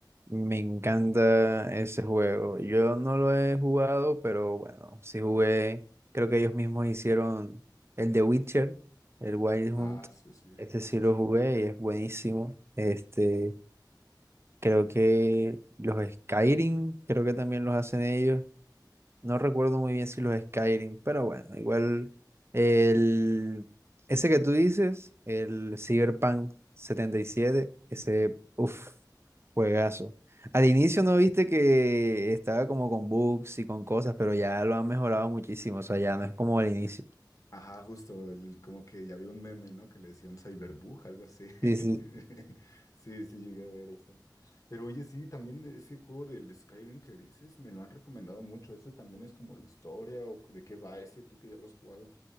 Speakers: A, on the right; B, on the left.
A: me encanta ese juego. Yo no lo he jugado, pero bueno, sí jugué. Creo que ellos mismos hicieron el de Witcher, el Wild
B: Ah,
A: Hunt.
B: sí, sí,
A: Este
B: ese
A: sí lo
B: sí.
A: jugué y es buenísimo. Este, creo que los Skyrim, creo que también los hacen ellos. No recuerdo muy bien si los Skyrim, pero bueno, igual el ese que tú dices, el Cyberpunk setenta y siete ese
B: Ujú.
A: uff, juegazo. Al inicio no viste que estaba como con bugs y con cosas, pero ya lo han mejorado muchísimo, o sea, ya no es como al inicio.
B: Ajá, justo, el- como que ya había un meme, ¿no? Que le decían Cyberbug, algo así. <laughs>
A: Sí, sí,
B: Sí, sí, llegué a ver eso. Pero oye, sí, también ese juego del Skyrim que dices, me lo han recomendado mucho. Ese también es como de historia o de qué va ese, tú que ya lo has jugado.